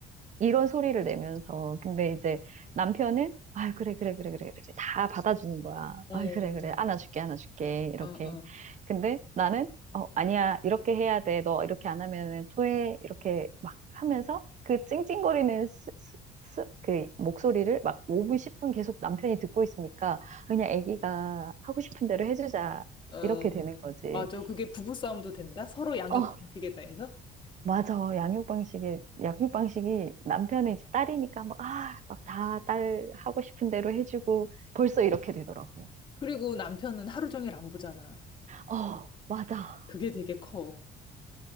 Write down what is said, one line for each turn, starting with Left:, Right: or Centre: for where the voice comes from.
Right: 이런 소리를 내면서. 근데 이제 남편은, 아, 그래, 그래, 그래, 그래, 그래. 다 받아주는 거야.
Left: 어,
Right: 아,
Left: 어,
Right: 그래, 그래. 안아줄게, 안아줄게. 이렇게.
Left: 어,
Right: 근데 나는, 어, 아니야. 이렇게 해야 돼. 너 이렇게 안 하면은 토해. 이렇게 막 하면서 그 찡찡거리는 스, 스, 스- 그 목소리를 막 5분, 10분 계속 남편이 듣고 있으니까 그냥 아기가 하고 싶은 대로 해주자.
Left: 어, 어.
Right: 이렇게 되는 거지.
Left: 맞아. 그게 부부싸움도 된다? 서로 양육
Right: 어.
Left: 방식에 대해서?
Right: 맞아. 양육 방식이, 양육 방식이 남편은 이제 딸이니까 막, 아, 막 다 딸 하고 싶은 대로 해주고 벌써 이렇게 되더라고.
Left: 그리고 남편은 하루 종일 안 보잖아.
Right: 어, 맞아.
Left: 그게 되게 커.